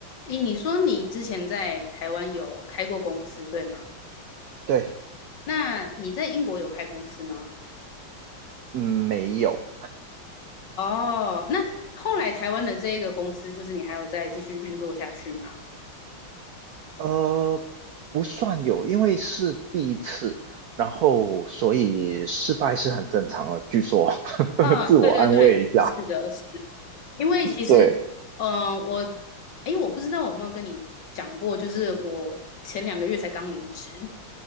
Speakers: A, on the left (about 60°); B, on the right (about 75°).
A: 诶，你说你之前在台湾有开过公司，对吗？
B: 对，
A: 那你在英国有开公司吗？
B: 嗯，没有，
A: 哦，那后来台湾的这个公司，就是你还有再继续运作下去吗？
B: 呃，不算有，因为是第一次，然后所以失败是很正常的，据说，
A: 嗯，
B: <laughs> 自我安慰一下。
A: 对对对，是是的，是，因为其实，
B: 对，
A: 呃，我，诶，我不知道我有没有跟你讲过，就是我前两个月才刚离职，